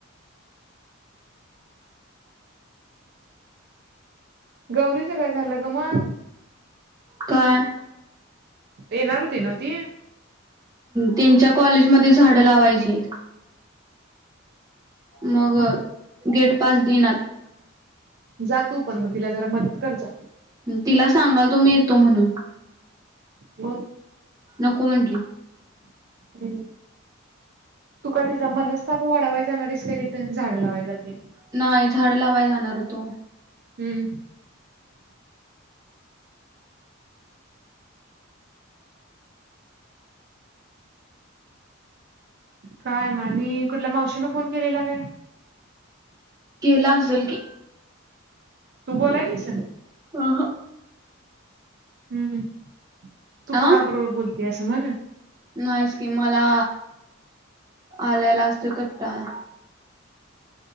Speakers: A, on the right (about 50°); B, on the right (about 15°).
A: गौरी ला बघायला ग ना
B: काय?
A: येणार होती नाव्ह ती.
B: त्यांच्या कॉलेजमध्ये झाडं लावायची येत. मग
A: हा.
B: गेट पास दिलात.
A: जा तू पण मग, तिला जरा मदत कर जा.
B: तिला सांगाल तुम्ही येतो म्हणून.
A: बर,
B: नको म्हटली.
A: हम्म. तु का तिचा मनस्ताप वाढावाय जाणारीस का तिथं, झाडं लावाय जात्या.
B: नाही, झाड लावाय जाणार होतो.
A: हम्म. काय मग आणी, कुठल्या मावशीनं फोन केलेला काय?
B: केला असेल की.
A: तू बोलाय नाहीस?
B: अह.
A: हम्म, तू
B: अ
A: कुणाबरोबर बोलत्यास म्हण.
B: नाहीच की मला, आल्याला असतो कंटाळा.